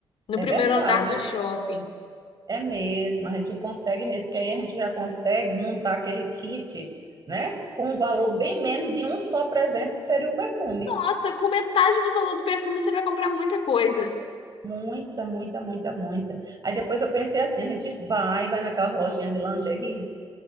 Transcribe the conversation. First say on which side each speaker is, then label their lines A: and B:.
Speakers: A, on the left (about 70°); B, on the right (about 40°).
A: no
B: é
A: primeiro
B: verdade.
A: andar do shopping.
B: É mesmo. A gente consegue mesmo, porque aí a gente já consegue montar aquele kit, né? Com um valor bem menos de um só presente, que seria o perfume.
A: Nossa, com metade do valor do perfume você vai comprar muita coisa.
B: Muita, muita, muita, muita. Aí depois eu pensei assim, a gente vai, vai naquela lojinha de lingerie,